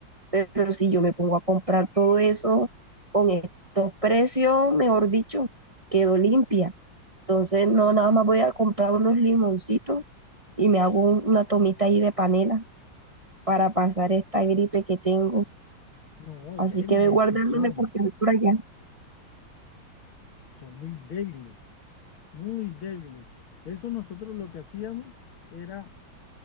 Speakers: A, on the right; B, on the left.
A: pero si yo me pongo a comprar todo eso con estos precios, mejor dicho, quedo limpia. Entonces, no, nada más voy a comprar unos limoncitos y me hago un- una tomita ahí de panela para pasar esta gripe que tengo.
B: No,
A: Así
B: débiles
A: que ve guardándome
B: que son.
A: porque voy por allá.
B: Son muy débiles, muy débiles. Eso nosotros lo que hacíamos era